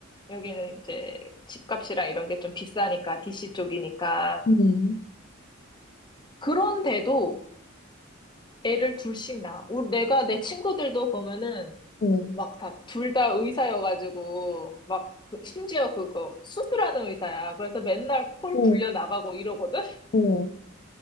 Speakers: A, on the left; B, on the left.
A: 여기는 이제 집값이랑 이런 게 좀 비싸니까, DC 쪽이니까.
B: 음,
A: 그런데도 애를 둘씩 낳아. 우- 내가, 내 친구들도 보면은,
B: 어,
A: 막 다 둘 다 의사여가지고 막 그- 심지어 그거 수술하는 의사야. 그래서 맨날 콜
B: 어,
A: 불려 나가고 이러거든. <laughs>
B: 어.